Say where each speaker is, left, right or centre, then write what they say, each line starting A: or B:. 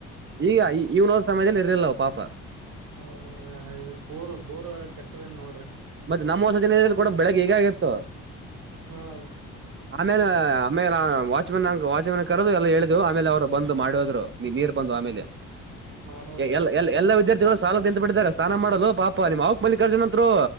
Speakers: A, on the right (about 40°); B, on the right (about 75°).
A: ಈಗ ಇವ್ನೋದ್ ಸಮಯದಲ್ಲಿ ಇರ್ಲಿಲ್ಲವು ಪಾಪ.
B: ಹೌದ ಇದು ಬೋರ್ ಬೋರ್ ಕೆಟ್ಟದೇನ್ ನೋಡ್ರಿ.
A: ಮತ್ತ ನಮ್ಮ ವಸತಿ ನಿಲಯದಲ್ಲಿ ಕೂಡ ಬೆಳಗ್ ಹೀಗೆ ಆಗಿತ್ತು.
B: ಹ್ಮ ರೀ.
A: ಆಮೇಲೆ ಆಮೇಲೆ ವಾಚ್ಮನ್ ಅಂ ವಾಚ್ಮನ್ ಕರೆದು ಎಲ್ಲ ಹೇಳಿದೆವು ಆಮೇಲೆ ಅವ್ರು ಬಂದು ಮಾಡೋದ್ರು ನೀ ನೀರ್ ಬಂದ್ವು ಆಮೇಲೆ.
B: <inaudible> ಹೋದ್ರಿ
A: ಎ ಎಲ್ಲ್ ಎಲ್ಲಿ. ಎಲ್ಲಾ ವಿದ್ಯಾರ್ಥಿಗಳು ಸಾಲ ನಿಂತ ಬಿಟ್ಟಿದ್ದಾರೆ ಸ್ನಾನ ಮಾಡೋಲು ಪಾಪ ನಿಮ್ ಅವಕ್ ಮಲ್ಲಿಕಾರ್ಜುನ್ ಅಂತ್ರು.